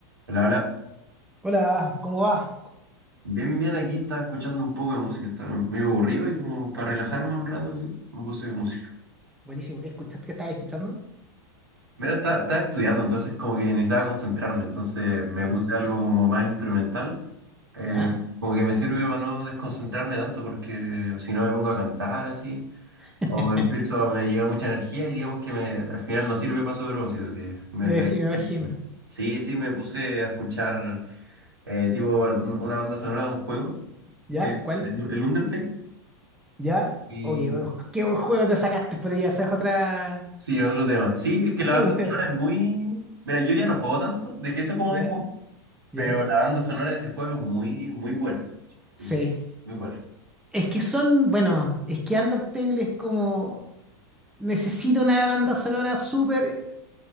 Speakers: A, on the right; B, in the centre.
A: Hola, hola.
B: Hola, ¿cómo va?
A: Bien, bien, aquí estaba escuchando un poco de música, estaba medio aburrido y como para relajarme un rato así, me puse música.
B: Buenísimo, ¿qué escuchas? ¿Qué estabas escuchando?
A: Mira, esta- estaba estudiando, entonces como que necesitaba concentrarme, entonces me
B: Ya,
A: puse algo como más instrumental, eh,
B: ya.
A: como que me sirve para no desconcentrarme tanto porque si no me pongo a cantar así,
B: <laughs>
A: o me empiezo, me llega mucha energía y digamos que me, al final no sirve para su propósito, que me,
B: Me
A: me-
B: imagi- me imagino.
A: Sí, sí, me puse a escuchar eh, tipo un- una banda sonora de un juego,
B: ¿Ya?
A: que
B: ¿Cuál?
A: el el Undertale.
B: ¿Ya?
A: Y
B: Oh, qué buen, qué buen juego te sacaste, pero ya, esa es otra.
A: sí, es otro tema. Sí, es que
B: <laughs>
A: la
B: otro
A: banda sonora
B: tema.
A: es muy... Mira, yo ya no juego tanto, dejé eso como
B: ¿Ya?
A: de jugar, pero
B: ¿Ya?
A: la banda sonora de ese juego es muy, muy buena. Y
B: Sí.
A: muy buena.
B: Es que son, bueno, es que Undertale es como. Necesita una banda sonora súper,